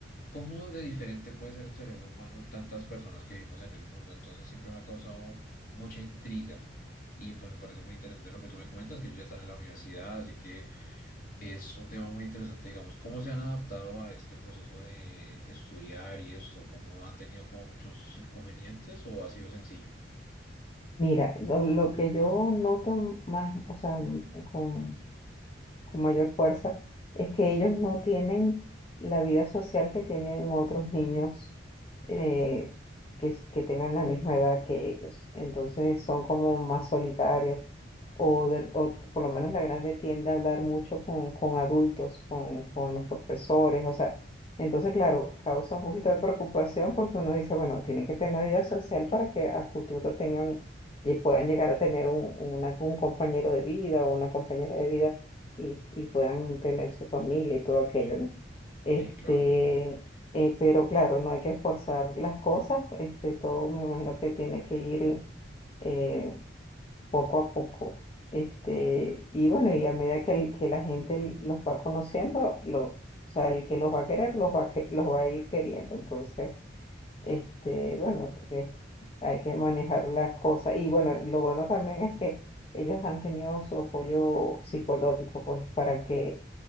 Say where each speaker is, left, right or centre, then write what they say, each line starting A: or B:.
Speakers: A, on the left; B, on the left.
A: cómo de diferente puede ser el cerebro humano en tantas personas que vivimos en el mundo. Entonces siempre me ha causado mucha intriga y pues me parece muy interesante lo que tú me comentas, que ellos ya están en la universidad, así que es un tema muy interesante, digamos, cómo se han adaptado a este proceso de estudiar y esto, cómo han tenido como muchos inconvenientes o ha sido sencillo.
B: Mira, lo lo que yo noto más, o sea, con con mayor fuerza, es que ellos no tienen la vida social que tienen otros niños eh, que, s- que tengan la misma edad que ellos. Entonces son como más solitarios, o, de- o por lo menos la grande tiende a hablar mucho con, con adultos, con, con los profesores, o sea, entonces, claro, causa un poquito de preocupación porque uno dice, bueno, tienen que tener una vida social para que a futuro tengan y puedan llegar a tener un, una- un compañero de vida o una compañera de vida y, y puedan tener su familia y todo aquello, ¿no? Este,
A: Sí, claro.
B: eh, pero claro, no hay que forzar las cosas, este, todo me imagino que tiene que ir, eh, poco a poco. Este, y bueno, y a medida que, el- que la gente los va conociendo, lo, o sea, el que los va a querer, los va, a que- los va a ir queriendo. Entonces, este, bueno, que hay que manejar las cosas. Y bueno, lo bueno también es que ellos han tenido su apoyo psicológico, pues, para que